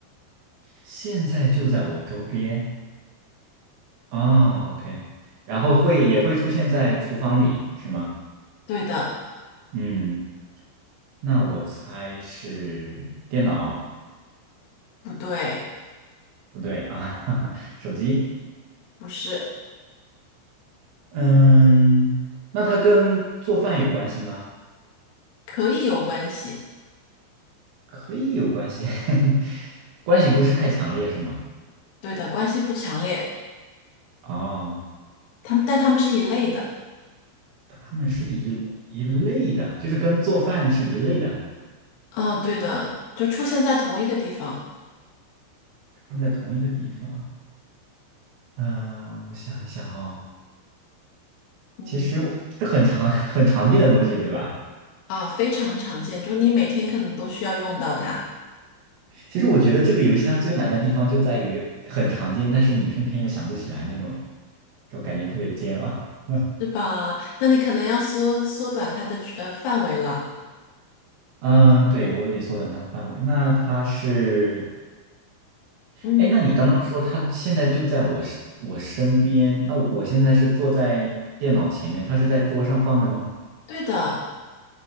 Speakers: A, on the right; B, on the left.
A: 现在就在我周边啊，OK。然后会也会出现在厨房里，是吗？
B: 对的，
A: 嗯，那我猜是电脑，
B: 不对，
A: 不对啊，<laughs> 手机。
B: 不是，
A: 嗯，那它跟做饭有关系吗？
B: 可以有关系。
A: 可以有关系，<laughs> 关系不是太强烈，是吗？
B: 对的，关系不强烈，
A: 哦，
B: 它们但它们是一类的。
A: 它们是一一类的，就是跟做饭是一类的，
B: 啊，对的，就出现在同一个地方。
A: 用在同一个地方。嗯，我想一想哦，
B: 嗯，
A: 其实是很常 <laughs> 很常见的东西，对吧？
B: 啊，非常常见，就你每天可能都需要用到它，
A: 其实我觉得这个游戏它最难的地方就在于很常见，但是你偏偏又想不起来那种，这种感觉特别煎熬。<laughs> 嗯，
B: 是吧？那你可能要缩缩短它的区呃范围了。
A: 嗯，对，我得缩短它的范围。那它是
B: 嗯。
A: 哎，那你刚刚说他现在就在我身我身边，那我现在是坐在电脑前面，他是在桌上放着吗？
B: 对的，